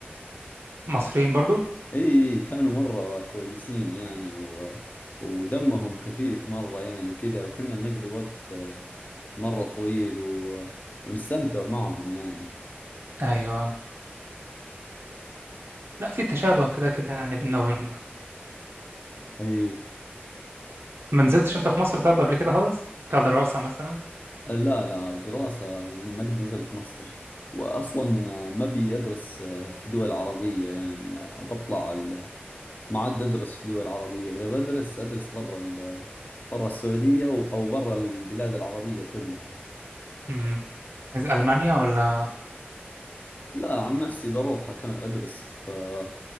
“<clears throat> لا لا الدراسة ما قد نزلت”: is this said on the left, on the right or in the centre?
Left